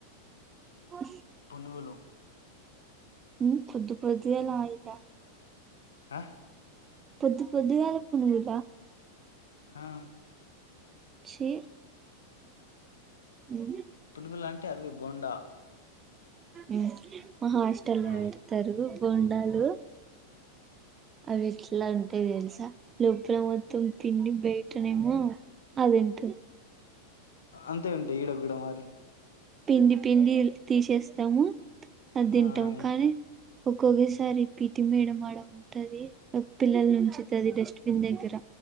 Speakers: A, on the right (about 25°); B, on the left (about 65°).
A: ఉ
B: పునుగలు
A: ఉమ్ పొద్దు పొద్దు గాల ఆయిలా
B: ఆ
A: పొద్దు పొద్దుగాల పునుగులా
B: హా
A: చ్చి ఉమ్
B: పునుగులంటే అవి బోండా
A: ఉమ్ మా హాస్టల్లో
B: ఆ
A: పెడతరు బోండాలు అవి ఎట్లా ఉంటయి తెలుసా లోపల మొత్తం పిండి బయటనేమో అదెంతున్
B: అంతే ఉంటయి ఈడ గూడ మరి
A: పిండి పిండి తీసేస్తము అది తింటము
B: ఆ నీ
A: కానీ ఒకొక్కసారి పీ టి మేడం ఆడ ఉన్ ఉంటది ఒక పిల్లల్నుంచుతది డస్ట్బిన్ దగ్గర